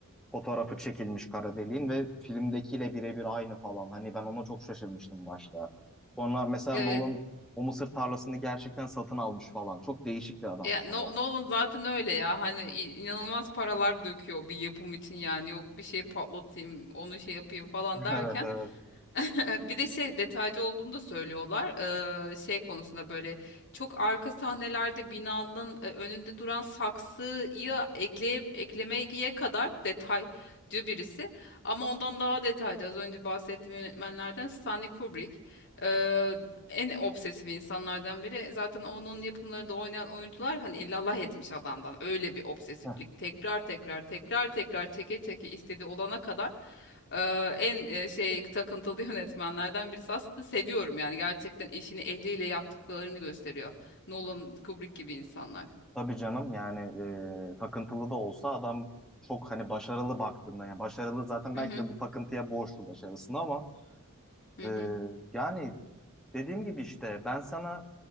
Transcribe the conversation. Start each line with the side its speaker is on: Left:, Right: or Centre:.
Centre: Fotoğrafı çekilmiş kara deliğin ve filmdekiyle birebir aynı falan. Hani ben ona çok şaşırmıştım başta. Sonra mesela
Left: Evet.
Centre: Nolan o mısır tarlasını gerçekten satın almış falan. Çok değişik bir adam
Left: Ya No-
Centre: hani.
Left: Nolan zaten öyle ya hani i- inanılmaz paralar döküyor bir yapım için yani yok bir şey patlatayım onu şey yapayım falan
Centre: <laughs>
Left: derken
Centre: Evet evet.
Left: <laughs> bir de şey detaycı olduğunu da söylüyorlar Ee, şey konusunda böyle çok arka sahnelerde binanın e, önünde duran saksıyı ekleye, eklemeye kadar detaycı birisi ama ondan daha detaycı az önce bahsettiğim yönetmenlerden Stanley Kubrick Ee, en obsesif insanlardan biri. Zaten onun yapımlarında oynayan oyuncular hani illallah etmiş adamdan. Öyle bir obsesiflik.
Centre: Heh,
Left: Tekrar tekrar tekrar tekrar çeke çeke istediği olana kadar e, en e, şey takıntılı <laughs> yönetmenlerden birisi. Aslında seviyorum yani gerçekten işini ehliyle yaptıklarını gösteriyor. Nolan, Kubrick gibi insanlar.
Centre: Tabii canım yani eee, takıntılı da olsa adam çok hani başarılı baktığında yani başarılı zaten
Left: Hı
Centre: belki
Left: hı.
Centre: de bu takıntıya borçlu başarısını ama
Left: Hı
Centre: eee,
Left: hı.
Centre: yani dediğim gibi işte ben sana